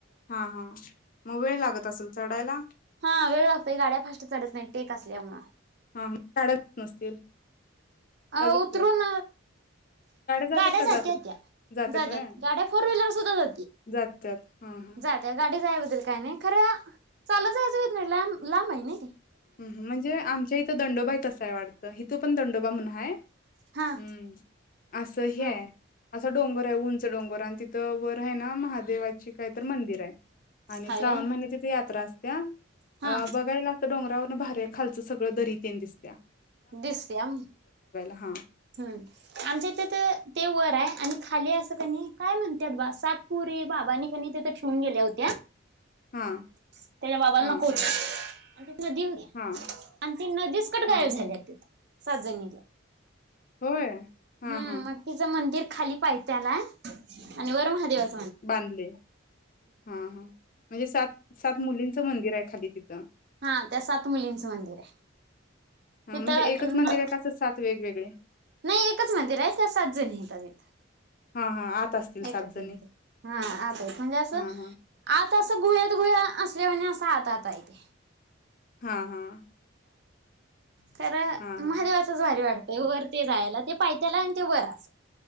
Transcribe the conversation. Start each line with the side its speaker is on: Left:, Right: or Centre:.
Left: हा हा मग वेळ लागत असेल चढायला?
Right: हा वेळ लागतोय गाड्या फास्ट चढत नाही टेक असल्यामुळ.
Left: हा काडत नसतील.
Right: अ
Left: का जात्यात?
Right: उतरून
Left: जात्यात
Right: गाड्या
Left: का
Right: जातात
Left: जात असतील?
Right: त्या जात्यात
Left: व्हय
Right: गाड्या फोर व्हीलर सुद्धा
Left: जात्यात हा हा हा.
Right: जाते गाडी काय काय नाही. खरं चालत जायचंय. नाही लांब लांब आहे न.
Left: म्हणजे आमच्या इथं दंडोबाई तसा आहे वाटतं हिथं पण दंडो बा <unintelligible> म्हणून हाय.
Right: हा
Left: हम्म असं हे
Right: हा
Left: आहे. असा डोंगर आहे ऊंच डोंगर आणि तिथं वर आहे ना महाद देवाची काय तर मंदिर आहे आणि
Right: हायवे
Left: श्रावण महिन्यात तिथं यात्रा अस त्या
Right: हा
Left: अ बघायला असं डोंगरा भारीये खालच सगळं दरी तेन दिस
Right: दिसतिया हम्म
Left: हा
Right: आमच्या इथे ते ते वर आय आणि खाली अस त्यानी काय म्हणतात बा सात पोरी बाबांनी कनी तिथं ठेवून गेल्या होत्या.
Left: हा.
Right: त्याज्या बाबाला
Left: हा
Right: नको होत्या. आणि नदी हुतीया
Left: हा
Right: आणि ती नदीच कुट
Left: हा
Right: गायब झालीया ती. सातजणी त्या
Left: होय हा
Right: हम्म
Left: हा
Right: मग तिचं मंदिर खाली पायत्याला आणि वर महादेवाच
Left: बांधलय हा हा. म्हणजे सात सात मुलींचं मंदिर आय खाली तिथं
Right: हा त्या सात मुलींचं मंदिर आहे.
Left: हा
Right: तिथं
Left: म्हणजे एकच मंदिर
Right: ना
Left: आहे का असं सात वेगवेगळे
Right: नाई एकच मंदिर आय त्या सात जणी हायता तिथं.
Left: हा हा आत असतील सात
Right: एकच
Left: जणी
Right: मंदिर हा आत आहेत म्हणजे असं
Left: हा
Right: आत
Left: हा
Right: आता असं गुह्यात गुह्या असल्या वानी असं आत आत आय ते.
Left: हा हा.
Right: खर
Left: हा हा
Right: महादेवाचच भारी वा वर ते जायला ते पायत्याला आय आणि ते वरय आसय.